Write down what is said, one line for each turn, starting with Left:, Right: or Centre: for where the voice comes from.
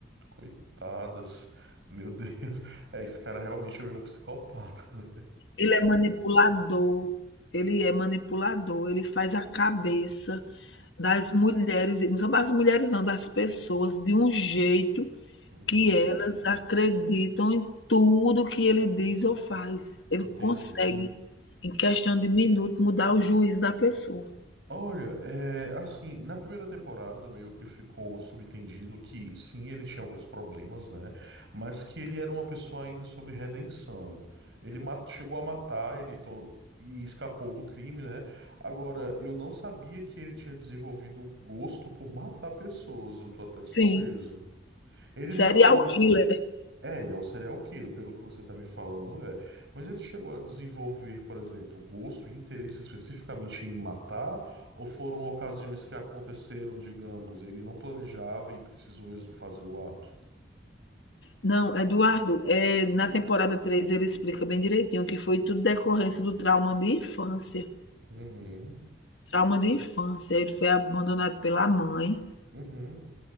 Right: Coitadas. Meu Deus. <laughs> É, esse cara realmente é meio um psicopata, <laughs> né?
Left: Ele é manipulador, ele é manipulador, ele faz a cabeça das mulheres, e não são das mulheres não, das pessoas, de um jeito
Right: Uhum.
Left: Que elas acreditam em tudo que ele diz ou faz. Ele
Right: Entendi.
Left: consegue, em questão de minuto, mudar o juízo da pessoa.
Right: Olha, é, assim, na primeira temporada meio que ficou subentendido que sim, ele tinha alguns problemas, né? Mas que ele era uma pessoa ainda sobre redenção. Ele ma- chegou a matar, ele to- e escapou do crime, né? Agora, eu não sabia que ele tinha desenvolvido gosto por matar pessoas, eu tô até surpreso.
Left: Sim,
Right: Ele
Left: serial
Right: matou.
Left: killer.
Right: É, ele é um serial killer, pelo que você está me falando, é. Mas ele chegou a desenvolver, por exemplo, gosto e interesse especificamente em matar, ou foram ocasiões que aconteceram, digamos, ele não planejava e precisou ex- fazer o ato?
Left: Não, Eduardo, eh, na temporada três ele explica bem direitinho que foi tudo decorrência do trauma de infância.
Right: Uhum,
Left: Trauma de infância. Ele foi abandonado pela mãe,
Right: uhum.